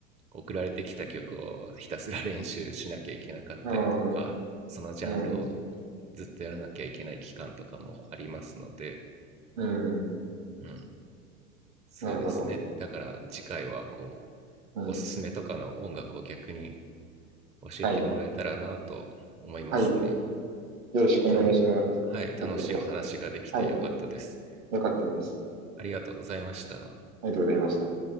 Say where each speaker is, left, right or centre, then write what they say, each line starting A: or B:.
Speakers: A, on the right; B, on the right.
A: 送られてきた曲をひたすら練習しなきゃいけなかったりとかそのジャンルを
B: うん、うん、
A: ずっとやらなきゃいけない期間とかもありますので、
B: うん。
A: うん、そうですねだから次回はこ
B: なるほど。うん。
A: うおすすめとかの音楽を逆に教えてもらえたらなと思いますね
B: はい。はい。よろしくお願いします。
A: 今日もはい楽しいお話ができてよかったです
B: こちらこそ。はい。よかったです。
A: ありがとうございました
B: ありがとうございました。